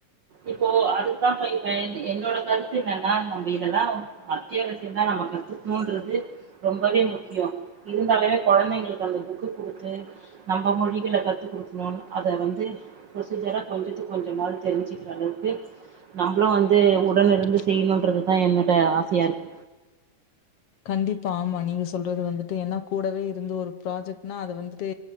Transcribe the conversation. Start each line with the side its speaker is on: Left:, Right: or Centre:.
Right: இப்போ அதுக்தா இப்ப இ என்னோட கருத்து இன்னனா நம்பி இதெல்லா அத்தியாவசியம்தா நம்ம கத்துக்னூன்றது ரொம்பவே முக்கியோ இருந்தாலவே கொழந்தைங்களுக்கு அந்த புக்கு குடுத்து நம்ம மொழிகள கத்து குடுக்குனு அத வந்து ப்ரொசீஜரா கொஞ்சுத்து கொஞ்சமாது தெரிஞ் சிக்குற அளவுக்கு நாம்ப்ளும் வந்து உடனிருந்து செய்யணுன்றதுதா என்னோட ஆசயாருக்கு
Left: கண்டிப்பா ஆமா நீங்க சொல்றது வந்துட்டு ஏன்னா கூடவே இருந்து ஒரு ப்ராஜெக்ட்னா அத வந்து ட்டு